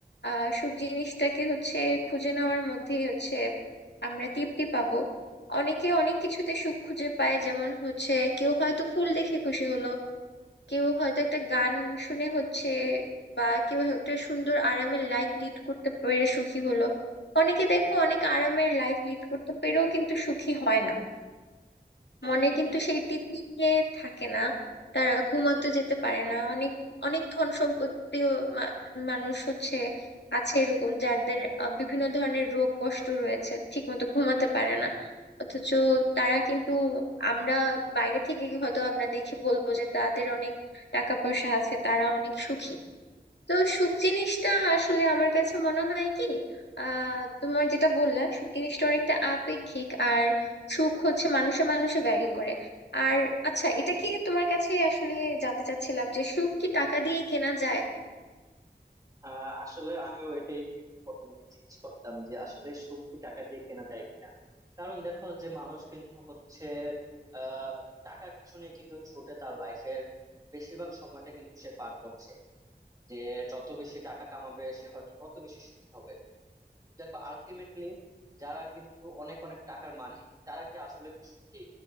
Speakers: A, on the left; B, on the right.
A: আহ সুখ জিনিসটাকে হচ্ছে খুঁজে নেওয়ার মধ্যেই হচ্ছে আমরা তৃপ্তি পাবো অনেকে অনেক কিছুতে সুখ খুঁজে পায় যেমন হচ্ছে কেউ হয়তো ফুল দেখে খুশি হলো কেউ হয়তো একটা গান শুনে হচ্ছে বা কেউ একটা সুন্দর আরামের লাইফ লিড করতে পেরে সুখী হলো অনেকে দেখো অনেক আরামের লাইফ লিড করতে পেরেও কিন্তু সুখী হয় না
B: হ্যাঁ
A: মনে
B: হ্যাঁ
A: কিন্তু
B: হ্যাঁ
A: সেই তৃপ্তি নিয়ে থাকে না তারা ঘুমাতে যেতে পারে না অনেক অনেক ধন সম্পত্তিও মা- মানুষ হচ্ছে আছে এরকম যাদের আহ, বিভিন্ন ধরনের রোগ কষ্ট রয়েছে ঠিকমতো ঘুমাতে পারে না অথচ তারা কিন্তু আমরা বাইরে থেকে হয়তো আমরা দেখে বলবো যে তাদের অনেক টাকা পয়সা আছে তারা অনেক সুখী তো সুখ জিনিসটা আসলে আমার কাছে মনে হয় কি আহ তোমার যেটা বললা সুখ জিনিসটা অনেকটা আপেক্ষিক আর সুখ হচ্ছে মানুষে মানুষে ভ্যারি করে আর আচ্ছা এটা কি তোমার কাছে আসলে জানতে চাচ্ছিলাম যে সুখ কি টাকা দিয়ে কেনা যায়
B: আহ, আসলে আমিও এটাই প্রথমে জিজ্ঞেস করতাম যে আসলে সুখ কি টাকা দিয়ে কেনা যায় কিনা কারণ দেখো যে মানুষ কিন্তু হচ্ছে আহ টাকার পিছনে কিন্তু ছুটে তার লাইফের বেশিরভাগ সময়টা কিন্তু সে পার করছে যে যত বেশি টাকা কামাবে সে হয়তো তত বেশি সুখী হবে দেখো আলটিমেটলি যারা কিন্তু অনেক অনেক টাকার মালিক তারা কি আসলে কি সুখী